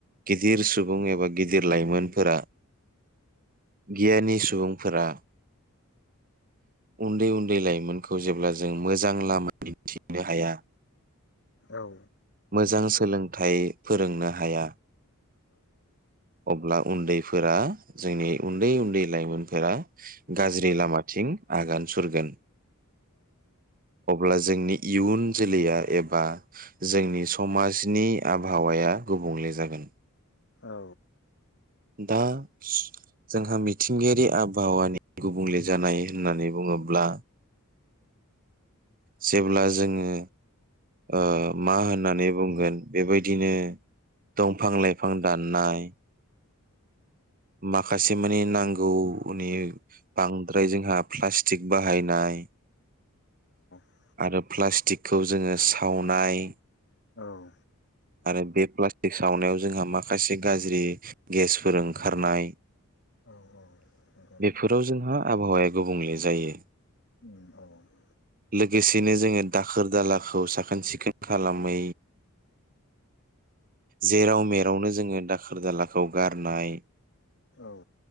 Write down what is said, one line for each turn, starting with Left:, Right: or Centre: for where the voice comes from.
Right: गिदिर सुबुं एबा गिदिर लाइमोनफोरा गियानि सुबुंफोरा उन्दै उन्दै लाइमोनखौ जेब्ला जों मोजां लामा दिन्थिनो हाया
Left: औ।
Right: मोजां सोलोंथाइ फोरोंनो हाया अब्ला उन्दैफोरा जोंनि उन्दै उन्दै लाइमोनफोरा गाज्रि लामा थिं आगान सुरगोन। अब्ला जोंनि इयुन जोलैया एबा जोंनि समाजनि आबहावाया गुबुंले जागोन।
Left: औ।
Right: दा स जोंहा मिथिंगायारि आबहावानि गुबुंले जानाय होननानै बुङोब्ला जेब्ला जोङो ओ मा होननानै बुंगोन बेबायदिनो दंफां लाइफां दाननाय माखासे माने नांगौनि बांद्राय जोंहा प्लास्टिक बाहायनाय
Left: औ
Right: आरो प्लास्टिकखौ जोङो सावनाय
Left: औ
Right: आरो बे प्लास्टिक सावनायाव जोंहा माखासे गाज्रि गेसफोर ओंखारनाय।
Left: नंगौ नोंथां
Right: बेफोराव जोंहा आबहावाया गुबुंले जायो।
Left: उम औ औ
Right: लोगोसेनो जोङो दाखोर दालाखौ साखोन सिखोन खालामै जेराव मेरावनो जोङो दाखोर दालाखौ गारनाय
Left: औ